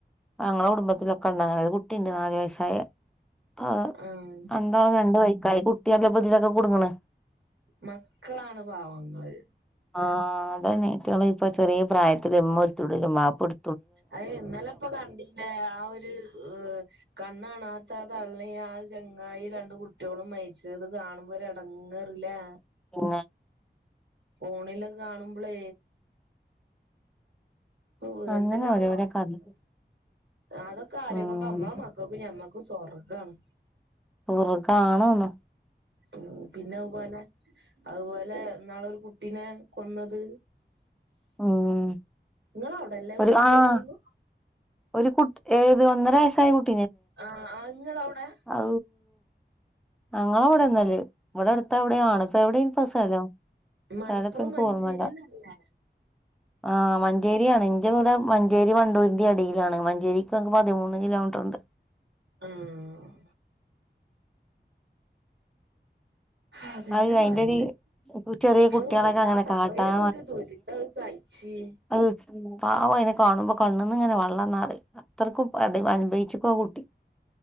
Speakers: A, in the centre; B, on the right.
A: ഞങ്ങളെ കുടുംബത്തിലൊക്കെണ്ട്ങ്ങനെ ഒര് കുട്ടിണ്ട് നാല് വയസ്സായ പ്പ
B: ആഹ്
A: രണ്ടാളും രണ്ട് വൈക്കായി. കുട്ട്യാളല്ലെ പ്പതിലൊക്കെ കുട്ങ്ങണ്.
B: മക്കളാണ് പാവങ്ങള്.
A: ആഹ് അതന്നെ റ്റങ്ങളെപ്പോ ചെറിയ പ്രായത്തില് ഇമ്മ ഒരുത്തുടിലും വാപ്പഒട്
B: അയ് ഇന്നലെപ്പൊ കണ്ടിലെ ആ ഒരുഎ കണ്ണാണാത്ത തള്ളീം ആ ഒരു ചെങ്ങായി രണ്ട് കുട്ട്യോളും മരിച്ചത് കാണുമ്പോൾ ഒരടങ്ങെ ങ്ങെറ്ല്ലേ.
A: പിന്നെ.
B: ഫോണിലകെ കാണുമ്പളേ. ഓ
A: അങ്ങനെ
B: എന്തെല്ലാം
A: ഓരോരോ
B: വാർത്താള,
A: കഥ
B: അതൊക്കെ ആലോയിക്കുമ്പോ
A: ഉം
B: അമ്മളെമക്ക ക്കും മ്മക്കും സ്വർഗ്ഗണ്.
A: സ്വർഗാനോന്നോ
B: ഉം പിന്നെ അയ്‌പോലെ അയ്‌പോലെ ന്നാളോരു കുട്ടിനെ കൊന്നത്.
A: ഉം
B: ഇങ്ങളെ അവിടെല്ലേ
A: ഒരു
B: അത് മഞ്ചേരിയില്
A: ആഹ് ഒരു കുട്ട് ഏത് ഒന്നര വയസ്സായ കുട്ട്
B: ആഹ് അഹ് ഇങ്ങളവ്ടെ?
A: ഔ ഞങ്ങളവ്ട്ന്നല്ലെയ്. ഇമ്പടെ അടുത്ത് എവ്ടെ ആണ്. ഇപ്പോ എവ്ടെയ്നിപ്പോ സ്ഥലം.
B: മലപ്പുറം
A: സ്ഥല ഇപ്പോ ഇൻക്ക്
B: മഞ്ചേരിന്നല്ലേ
A: ഓർമ്മല്ല. ആഹ് മഞ്ചേരിയാണ് എന്റെ ഇവിടെ ആഹ് ആഹ് മഞ്ചേര്യാണ്. ഇന്റെ വീടാ മഞ്ചേരി വണ്ടൂരിന്റിം എടെലാണ്. മഞ്ചേരിക്ക്ങ്ങ് പതിമൂന്ന് കിലോമീറ്റർണ്ട്.
B: ആഹ് അതെന്നെ
A: അത് അയിന്റൊരു
B: പറിണേ.
A: ചെറിയ കുട്ടികളൊക്കെ
B: ഹൗ വല്ലാത്ത
A: അങ്ങനെ കാട്ടാൻ
B: എത്രയോരു ദുരിതം അയ് സയിച്ച്.
A: അയ്‌ പാവയ്‌നെ കാണുമ്പോ കണ്ണന്ന്ങ്ങനെ വള്ളംന്നറിം. അത്രയ്ക്കും അനുഭവിച്ച്ക്കുംആ കുട്ടി.